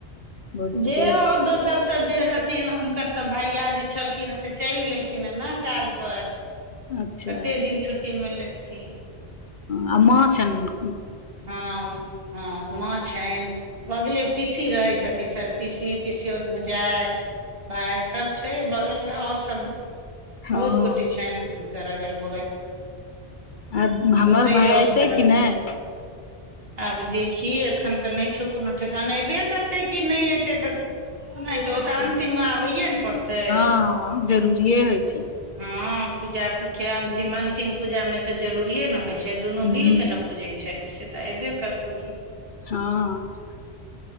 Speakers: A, on the left; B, on the right.
A: भौजी
B: जे
A: के
B: आओर दोसर। सब जे रहथि हुनकर तऽ भैइया जे छलखिन से चैल गेलखिन हे नऽ काज पर।
A: अच्छा
B: कते दिन छुट्टी मे लेथिन।
A: हँ माँ छनक।
B: हँ हँ माँ छनि अगले पीसी रहैत छथिन सयाद पीसी। पिसोत भुजाइ भाई सब छै बगल में और सब।
A: हँ
B: बहुत गोटे छैन हुनकर अगल बगल।
A: आय हमर
B: ओतहि
A: भाई
B: लग
A: अयतै
B: मे रहै
A: कि नहि।
B: छथिन आब देखी एखन तऽ नहि छौ कोनो ठेकान अयबे करतै कि नहि एयतै तऽ। सुनात ओ
A: एतै।
B: तऽ अन्तिममे आबैए ने पड़तै।
A: हँ जरूरिएे होइ छैय।
B: हँ पूजा के अंतिम
A: होतै
B: अंतिम पूजा मे तऽ जरूरिए ने होइ छै। छै दुनू
A: ह
B: मिलके नहि पुजै छै से तऽ अऐबे करतौ कि।
A: हँऽ